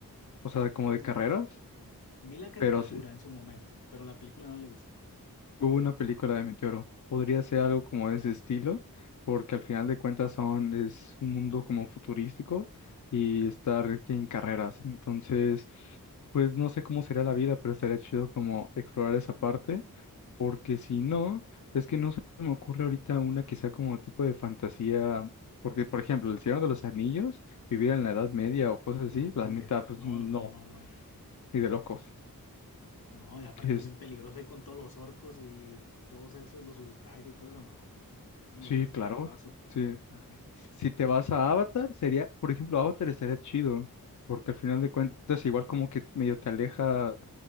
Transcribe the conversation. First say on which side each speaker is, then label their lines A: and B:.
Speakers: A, on the left (about 55°); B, on the left (about 80°).
A: O sea, como de
B: Mm,
A: carreras,
B: Vi la caricatura
A: pero sí,
B: en su momento, pero la película no la he visto.
A: hubo una película de Meteoro. Podría ser algo como de ese estilo, porque al final de cuentas son, es un mundo como futurístico y estar en carreras. Entonces, pues no sé cómo sería la vida, pero estaría chido como explorar esa parte. Porque si no, es que no se me ocurre ahorita una que sea como tipo de fantasía, porque por ejemplo, El Señor de los Anillos, vivir en la
B: Ujú.
A: Edad Media o cosas así,
B: No, hombre,
A: la neta, pues
B: no,
A: no,
B: no, no, no.
A: y de locos.
B: No, y aparte
A: Es,
B: es bien peligroso ahí con todos los orcos y todos esos, los urukais y todo eso. No, no,
A: sí,
B: gracias.
A: claro,
B: Paso.
A: sí.
B: Ajá.
A: Si te vas a Avatar, sería, por ejemplo, Avatar estaría chido, porque al final de cuentas igual como que medio te alejas